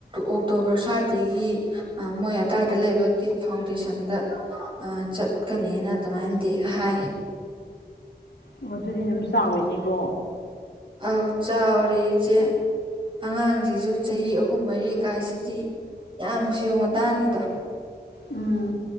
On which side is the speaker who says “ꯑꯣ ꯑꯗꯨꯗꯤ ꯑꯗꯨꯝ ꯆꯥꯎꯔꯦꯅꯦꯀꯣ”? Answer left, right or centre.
Left